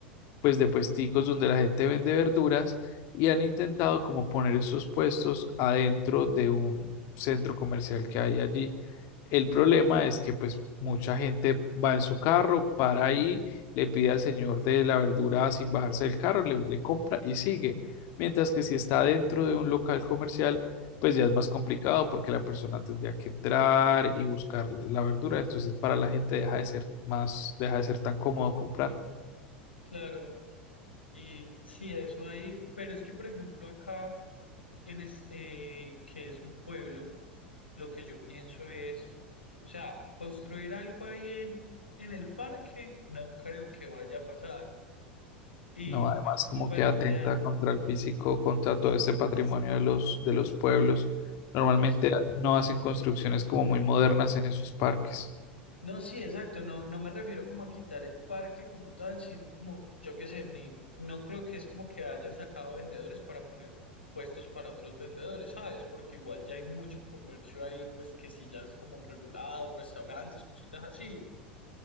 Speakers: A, on the left; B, on the left.
A: pues de puesticos donde la gente vende verduras y han intentado como poner esos puestos adentro de un centro comercial que hay allí. El problema es que pues mucha gente va en su carro, para ahí, le pide al señor de la verdura sin bajarse del carro, le, le compra y sigue. Mientras que si está dentro de un local comercial, pues ya es más complicado porque la persona tendría que entrar y buscar la verdura. Entonces para la gente deja de ser más, deja de ser tan cómodo comprar.
B: Claro, y sí, eso ahí, pero es que por ejemplo acá, en es, eh, que es un pueblo, lo que yo pienso es, o sea, construir algo ahí en, en el parque no creo que vaya a pasar. Y
A: No,
B: pues,
A: además como
B: pues
A: que atenta
B: real,
A: contra el físico, contra todo ese patrimonio de los, de los pueblos. Normalmente
B: pues,
A: no hacen construcciones como muy modernas en esos parques.
B: No, sí, exacto. No, no me refiero como a quitar el parque como tal, sino como, yo qué sé, ni, no creo que es como que hayan sacado vendedores para poner puestos para otros vendedores, ¿sabes? Porque igual ya hay mucho comercio ahí, pues que sí ya es como regulado, restaurantes, cositas así.